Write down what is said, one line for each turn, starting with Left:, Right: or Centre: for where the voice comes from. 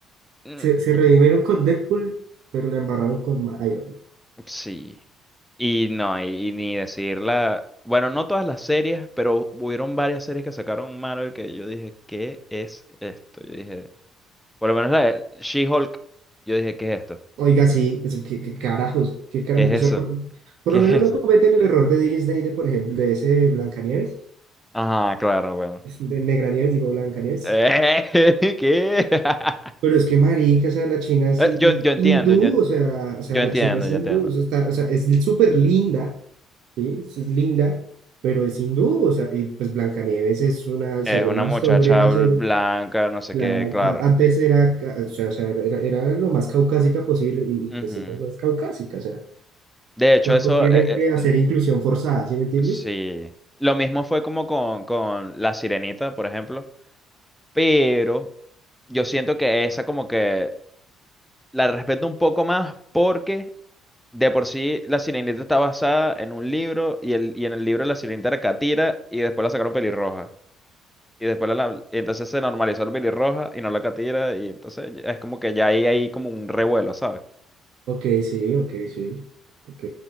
Centre: Mm,
Right: se, se redimieron con Deadpool, pero la embarraron con Ma- Iron Man.
Centre: Sí. Y no, y, y ni decirla. Bueno, no todas las series, pero hubieron varias series que sacaron Marvel que yo dije, ¿qué es esto? Yo dije, por lo menos la de She-Hulk, yo dije, ¿qué es esto?
Right: Oiga, sí, es- qué, qué carajos, qué carajos.
Centre: ¿Qué es eso?
Right: O sea, por, por
Centre: ¿Qué
Right: lo
Centre: es
Right: menos
Centre: eso?
Right: no cometen el error de Disney, de por ejemplo, de ese Blancanieves,
Centre: Ajá, claro, bueno.
Right: es de Negranieves, digo Blancanieves.
Centre: Eh, <laughs> ¿qué? <laughs>
Right: Pero es que marica, o sea, la China es
Centre: Eh,
Right: hin-
Centre: Yo,
Right: hin-
Centre: yo entiendo,
Right: hindú,
Centre: yo,
Right: o sea, o
Centre: yo
Right: sea,
Centre: entiendo,
Right: la China es
Centre: yo
Right: hindú,
Centre: entiendo.
Right: o sea, está- o sea, es súper linda, ¿sí? Es, es linda, pero es hindú, o sea, y pues Blancanieves es una, según
Centre: Es una
Right: la historia,
Centre: muchacha bl-
Right: se-
Centre: blanca, no sé
Right: la,
Centre: qué, claro.
Right: ca- antes era, ca- o sea, o sea, era, era lo más caucásica posible, y y,
Centre: Ujú.
Right: pues ella no es caucásica,
Centre: De hecho,
Right: Porque
Centre: eso,
Right: tienen
Centre: eh,
Right: que
Centre: eh,
Right: hacer
Centre: l-
Right: inclusión forzada, ¿sí me entiendes?
Centre: sí. Lo mismo fue como con, con La Sirenita, por ejemplo. Pero yo siento que esa como que la respeto un poco más porque De por sí, La Sirenita está basada en un libro y, el, y en el libro La Sirenita era catira y después la sacaron pelirroja. Y después la, la- y entonces se normalizó el pelirroja y no la catira y entonces ya- es como que ya ahí hay como un revuelo, ¿sabes?
Right: Ok, sí, ok, sí. Ok.